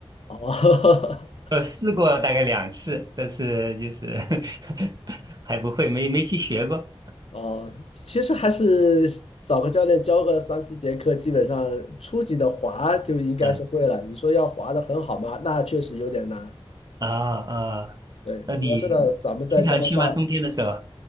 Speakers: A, on the left; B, on the right.
A: 哦
B: 呃，试过大概两次，但是就是 <laughs> 还不会，没没去学过。
A: <laughs> 哦，其实还是找个教练教个三四节课，基本上初级的滑就应该是会了。
B: 啊
A: 你说要滑的很好吗？那确实有点难。
B: 啊啊，
A: 对，
B: 那你经常去吗？
A: 你要知道，咱们在加拿大，
B: 冬天的时候？